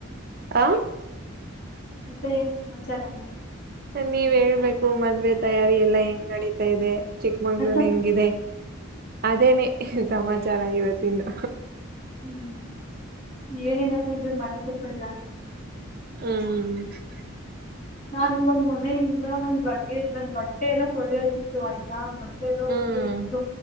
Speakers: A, on the right (about 45°); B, on the left (about 40°).
A: ಹಾ
B: ಮತ್ತೆ ಏನ್ ಸಮಾಚಾರ ಅಂದೆ
A: ನೀವ್ ಹೇಳ್ಬೇಕು ಮದ್ವೆ ತಯಾರಿ ಎಲ್ಲಾ ಹೆಂಗ್ ನಡತಾ ಇದೆ ಚಿಕ್ಕಮಂಗ್ಳೂರ್
B: ಮತ್ತೆ
A: ಹೆಂಗಿದೆ ಅದೇನೆ ಸಮಾಚಾರ ಇವತ್ತಿಂದು
B: ಹ್ಮ್ ಏನಿಲ್ಲಾ <unintelligible>
A: ಹ್ಮ
B: ನಾನ್ ಒಂದ್ ಮನೆಯಿಂದ ನನ್ ಲಗೇಜ್ಬಗ ನನ್ ಬಟ್ಟೆ ಎಲ್ಲ ತೊಳಿಯೋದ ಆಯ್ತಾ ಬಟ್ಟೆ ಎಲ್ಲ
A: ಹ್ಮ್
B: ಉದ್ಯೋಗಿತ್ತು